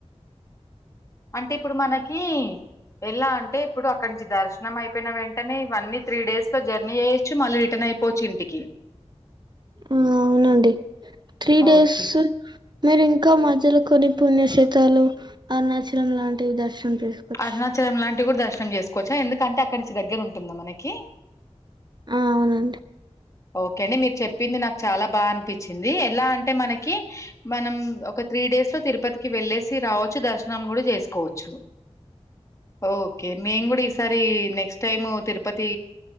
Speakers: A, on the left; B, on the right.
A: అంటే ఇప్పుడు మనకి ఎలా అంటే ఇప్పుడు అక్కడ. దర్శనం అయిపోయిన వెంటనే ఇవన్నీ త్రీ డేస్ లో జర్నీ చేయొచ్చు మళ్ళీ రిటర్న్ అయిపోవచ్చు ఇంటికి.
B: ఉమ్ అవునండి త్రీ డేస్.
A: ఓకే.
B: మీరు ఇంకా మధ్యలో కొన్ని పుణ్యక్షేతాలు అరుణాచలం లాంటివి దర్శనం. చేసుకోవచ్చు
A: అరుణాచలం లాంటివి కూడా దర్శనం చేసుకోవచ్చా ఎందుకంటే అక్కడి నుంచి దగ్గర ఉంటుందా మనకి.
B: ఆ అవునండి.
A: ఓకే అండి మీరు చెప్పింది నాకు చాలా బాగా అనిపించింది ఎలా అంటే మనకి. మనం ఒక త్రీ డేస్ లో. తిరుపతికి వెళ్లేేసి రావచ్చు దర్శనం కూడా చేసుకోవచ్చు. ఓకే మేము కూడా ఈసారి నెక్స్ట్ టైమ్ తిరుపతి. కి